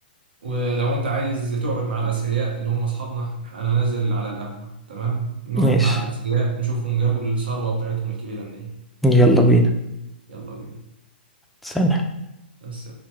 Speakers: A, on the right; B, in the centre.
A: ولو انت عايز تقعد مع الاثرياء اللي هم اصحابنا انا نازل على القهوة تمام نقعد
B: ماشي
A: مع الاثرياء نشوفهم جابوا الثروة بتاعتهم الكبيرة منين
B: يلا بينا
A: يلا بينا
B: ثانية
A: بس